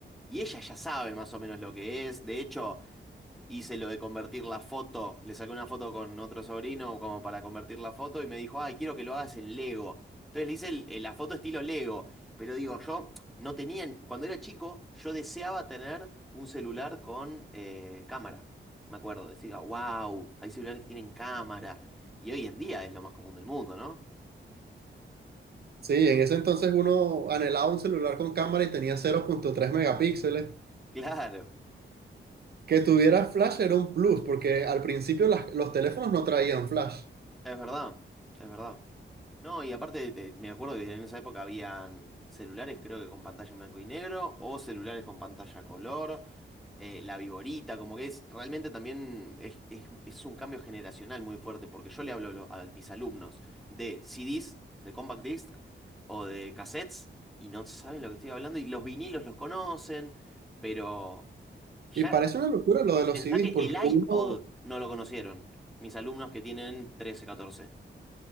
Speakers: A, in the centre; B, on the right (about 55°).
A: Y ella ya sabe más o menos lo que es. De hecho, Hice lo de convertir la foto, le saqué una foto con otro sobrino como para convertir la foto y me dijo, ay, quiero que lo hagas en Lego. Entonces le hice el- eh, la foto estilo Lego, pero digo, yo no tenía, cuando era chico, yo deseaba tener un celular con eh, cámara. Me acuerdo, decía, wow, hay celulares que tienen cámara. Y hoy en día es lo más común del mundo, ¿no?
B: Sí, en ese entonces uno anhelaba un celular con cámara y tenía 0.3 megapíxeles.
A: Claro.
B: Que tuviera flash era un plus, porque al principio las- los teléfonos no traían flash.
A: Es verdad, es verdad. No, y aparte de- me acuerdo que en esa época habían celulares, creo que con pantalla en blanco y negro, o celulares con pantalla a color, eh, la viborita, como que es realmente también es, es- es un cambio generacional muy fuerte, porque yo le hablo a, lo- a mis alumnos de CDs, de compact disc o de cassettes, y no saben lo que estoy hablando, y los vinilos los conocen, pero ya
B: Y parece una locura lo de los
A: pensá
B: CDs,
A: que
B: porque
A: el
B: uno,
A: iPod no lo conocieron, mis alumnos que tienen 13 catorce